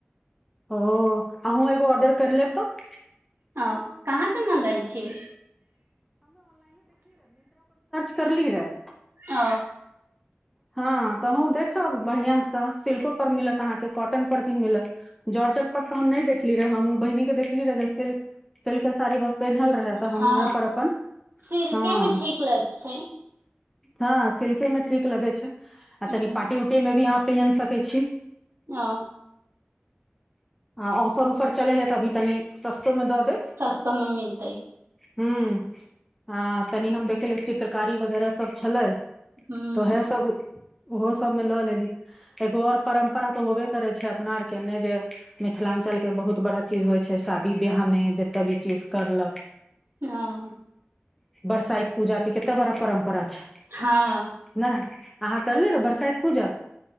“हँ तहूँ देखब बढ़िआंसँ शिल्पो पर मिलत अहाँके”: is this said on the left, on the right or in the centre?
Centre